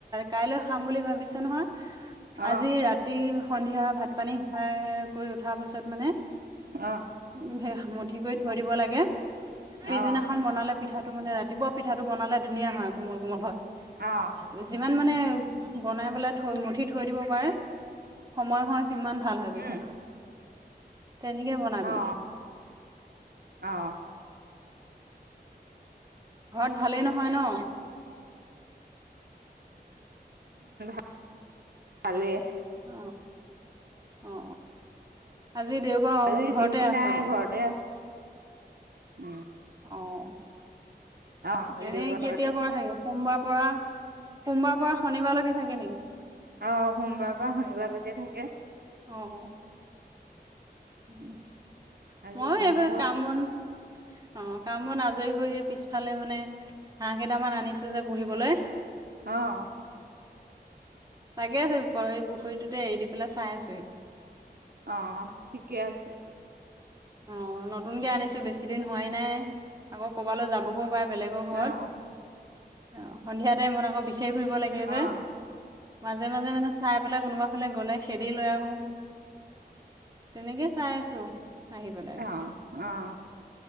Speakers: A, on the right; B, on the right.
A: কাইলৈ খাম বুলি ভাবিছ নহয়
B: অ
A: আজি ৰাতি সন্ধিয়া ভাত পানী খাই কৰি উঠাৰ পাছত মানে
B: অ
A: উম হে মঠি কৰি থৈ দিব লাগে পিছদিনাখন
B: অ
A: বনালে পিঠাটো মানে ৰাতিপুৱা পিঠাটো বনালে ধুনীয়া হয় কোমল কোমল হয়
B: অ
A: যিমান মানে বনাই পেলাই থৈ মঠি থৈ দিব পাৰে সময় হয় সিমান ভাল হয়
B: উম
A: পিঠাটো তেনেকে বনাবি
B: অ অ
A: ঘৰত ভালে নহয় ন
B: <unintelligible>
A: অ অ আজি দেওবাৰ
B: আজি
A: ঘৰতে
B: ডিউটি
A: আছো
B: নাই
A: আৰু
B: ঘৰতে আছো উম
A: অঁ
B: অ আজি
A: এনে
B: দেওবাৰ
A: কেতিয়াৰ
B: ঘৰতে
A: পৰা থাকে সোমবাৰ পৰা সোমবাৰ পৰা শনিবাৰলৈকে থাকে নেকি
B: অ সোমবাৰ পা শনিবাৰলৈকে থাকে
A: অঁ উম
B: আজি
A: মই
B: বন্ধ।
A: এইবোৰ কাম বন অ কামবন আজৰি কৰিয় পিছফালে মানে হাঁহ কেইটামান আনিছো যে পুহিবলৈ
B: অ
A: তাকে আছে পৰহি পুখুৰীটোতে এৰি দি পেলাই চাই আছোহি
B: অ ঠিকে আছে
A: অ নতুনকে আনিছো বেছি দিন হোৱাই নাই আকৌ ক'বালৈ যাবগৈ পাই বেলেগৰ ঘৰত
B: অ',
A: অ সন্ধিয়াতে মন আকৌ বিশ ৰি ফুৰিব লাগে
B: অ',
A: যে মাজে মাজে মানে চাই পেলাই কোনোবা ফালে গলে খেদি লৈ আহো তেনেকে চাই আছো আহি পেলাই
B: আহ আহ